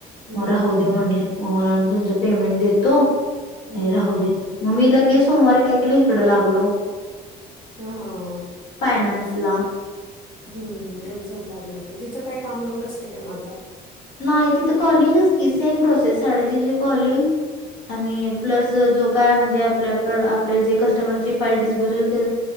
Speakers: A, on the left; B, on the left.
A: हं.
B: मग राह दे म्हणले. मग मला तुमच पेमेंट देतो.
A: हम्म.
B: नाही राहू दे मग मी लगेच सोमवारी काय केलं इकडं लागलो.
A: हाहाहा.
B: फयनान्स ला.
A: हम्म बर जाण लागलं ते तिथं काय कामलोड असते काय म आाता.
B: नाही तिथं कॉलिंगच की सेम प्रोसेस साडेतीनशे कॉलिंग. आणि प्लस जो काय म्हणजे आपल्याकड आपले जे कस्टमरची फाईल डिस्पोजल ते.